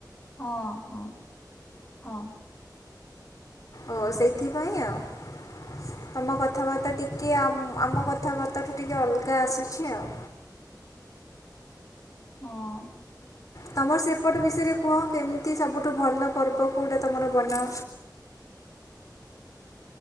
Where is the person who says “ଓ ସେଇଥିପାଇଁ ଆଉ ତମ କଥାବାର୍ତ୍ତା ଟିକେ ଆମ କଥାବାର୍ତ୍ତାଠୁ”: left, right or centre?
Left